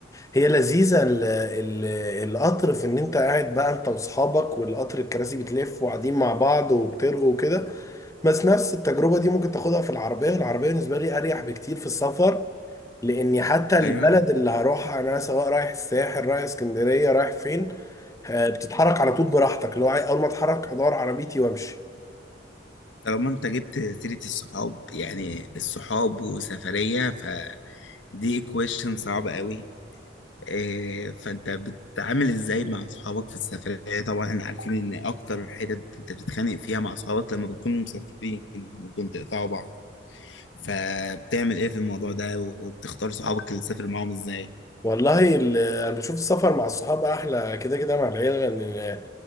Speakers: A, on the left (about 15°); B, on the left (about 75°).
A: هي لذيذه ال... ال... القطر في ان انت قاعد بقى انت واصحابك والقطر الكراسي بتلف وقاعدين مع بعض وبترغوا وكده بس نفس التجربه دي ممكن تاخدها في العربيه والعربيه بالنسبه لي اريح بكتير في السفر لاني حتى البلد
B: ايوه
A: اللي هروحها انا سواء رايح الساحل رايح اسكندريه رايح فين آه، بتتحرك على طول براحتك لو عاي- اول ما اتحرك ادور عربيتي وامشي
B: طالما انت جبت سيره الصحاب يعني الصحاب وسفريه فدي equation صعبه قوي إيه، فانت بتتعامل ازاي مع اصحابك في السفرية طبعا احنا عارفين ان اكتر حتت انت بتتخانق فيها مع اصحابك لما بتكونوا مسافرين ممكن تقطعوا بعض فبتعمل ايه في الموضوع ده وبتختار صحابك اللي تسافر معاهم ازاي
A: والله ال- انا بشوف السفر مع الصحاب احلى كده كده مع العيله لان